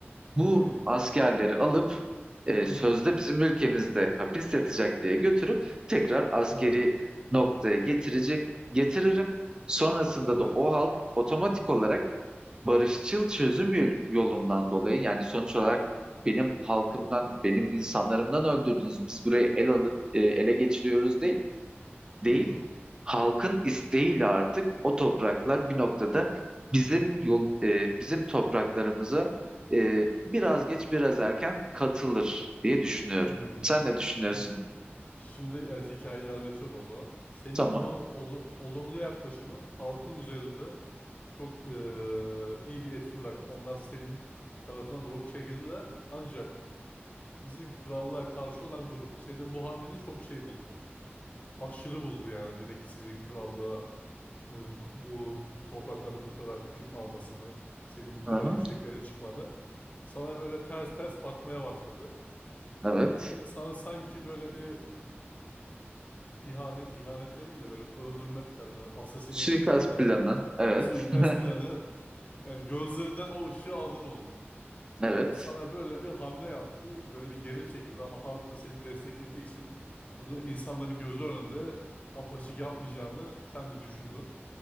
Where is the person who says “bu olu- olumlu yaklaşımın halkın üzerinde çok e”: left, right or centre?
Left